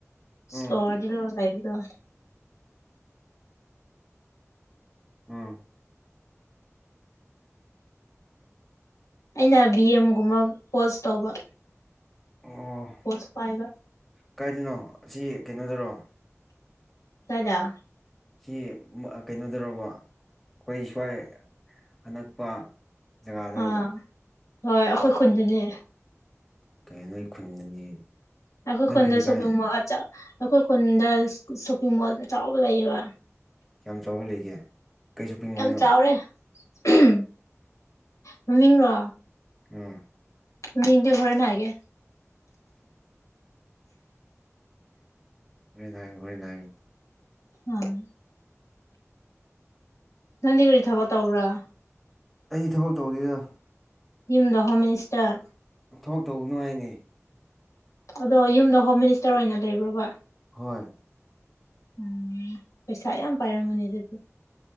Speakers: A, on the left; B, in the centre.
A: ꯏꯁꯇꯣꯔꯗ
B: ꯎꯝ
A: ꯑꯗꯨꯝ ꯂꯩꯕꯗꯨ
B: ꯎꯝ
A: ꯑꯩꯅ ꯚꯤꯑꯦꯝꯒꯨꯝꯅ ꯄꯣꯁ ꯇꯧꯕ
B: ꯑꯣ
A: ꯄꯣꯁ ꯄꯥꯏꯕ
B: ꯀꯥꯏꯗꯅꯣ ꯑꯁꯤ ꯀꯩꯅꯣꯗꯔꯣ
A: ꯀꯗꯥꯏꯗ
B: ꯁꯤ ꯑꯥ ꯀꯩꯅꯣꯗꯔꯕ ꯑꯩꯈꯣꯏ ꯁꯋꯥꯏ ꯑꯅꯛꯄ ꯖꯒꯥꯗꯔꯣꯕ
A: ꯑꯥ ꯍꯣꯏ ꯑꯩꯈꯣꯏ ꯈꯨꯟꯗꯅꯦ
B: ꯀꯩ ꯅꯣꯏ ꯈꯨꯟꯗꯅꯤ
A: ꯑꯩꯈꯣꯏ
B: ꯅꯣꯏ
A: ꯈꯨꯟꯗ
B: ꯈꯨꯟ
A: ꯁꯣꯞꯄꯤꯡ
B: ꯀꯥꯏ
A: ꯃꯣꯜ ꯑꯆꯧ ꯑꯩꯈꯣꯏ ꯈꯨꯟꯗ ꯁꯣꯞꯄꯤꯡ ꯃꯣꯜ ꯑꯆꯧꯕ ꯂꯩꯌꯦꯕ
B: ꯀꯌꯥꯝ ꯆꯥꯎꯕ ꯂꯩꯒꯦ ꯀꯩ ꯁꯣꯄꯤꯡ
A: ꯌꯥꯝ
B: ꯃꯣꯜꯅꯣ
A: ꯆꯥꯎꯔꯦ ꯎꯝ ꯃꯃꯤꯡꯔꯣ
B: ꯎꯝ
A: ꯃꯤꯡꯗꯤ ꯍꯣꯔꯦꯟ ꯍꯥꯏꯒꯦ
B: ꯑꯣꯔꯦꯟ ꯅꯥꯏꯌꯣ ꯍꯣꯔꯦꯟ ꯅꯥꯏ
A: ꯑꯥ ꯅꯪꯗꯤ ꯀꯔꯤ ꯊꯕꯛ ꯇꯧꯕ꯭ꯔꯥ
B: ꯑꯩ ꯊꯕꯛ ꯇꯧꯗꯦꯗ
A: ꯌꯨꯝꯗ ꯍꯣꯝ ꯃꯤꯅꯤꯁꯇꯔ
B: ꯊꯣꯛ ꯇꯧꯕꯅꯣ ꯍꯥꯏꯅꯦ
A: ꯑꯗꯣ ꯌꯨꯝꯗꯣ ꯍꯣꯝ ꯃꯤꯅꯤꯁꯇꯔ ꯑꯣꯏꯅ ꯂꯩꯕ꯭ꯔꯣꯕ
B: ꯍꯣꯏ
A: ꯎꯝ ꯄꯩꯁꯥ ꯌꯥꯝ ꯄꯥꯏꯔꯝꯒꯅꯤ ꯑꯗꯨꯗꯤ꯫